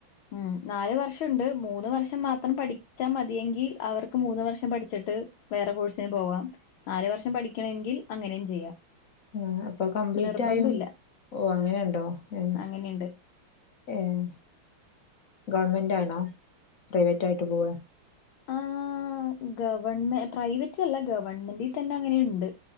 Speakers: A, on the left; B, on the left.
A: ഉംഹ് നാല് വർഷംണ്ട് മൂന്ന് വർഷം മാത്രം പഠിച്ചാ മതിയെങ്കി അവർക്ക് മൂന്ന് വർഷം പഠിച്ചിട്ട് വേറെ കോഴ്സിന് പോവാാം നാലു വർഷം പഠിക്കണങ്കിൽ അങ്ങനെയും ചെയ്യാം
B: ആഹ് പ്പൊ കംപ്ലീറ്റായൊ
A: നിർബന്ധം ഇല്ല
B: ഓഹ് അങ്ങനെ ണ്ടോ ഏഹ്
A: അങ്ങനെയുണ്ട്
B: ഏഹ് ഗവൺമെന്റാണോ പ്രൈവറ്റായിട്ട് പോവ
A: ആഹ് ഗവൺമെ പ്രൈവറ്റല്ല ഗവൺമെന്റി തന്നെ അങ്ങനെണ്ട്